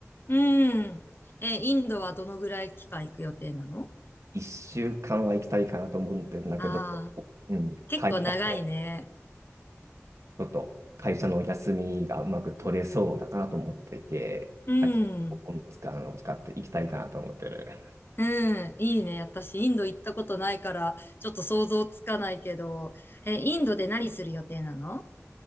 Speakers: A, on the left; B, on the right.
A: うん。え、インドはどのぐらい期間行く予定なの
B: 1週間は行きたいかなと思ってるんだけど、
A: ああー、
B: うん、
A: 結構長いね。
B: 会社の、ちょっと会社の休みがうまく取れそうだかなと思っていて、
A: うん、
B: あ今度使うのを使って行きたいかなと思ってる。
A: うん、いいね。私、インド行ったことないから、ちょっと想像つかないけど、え、インドで何する予定なの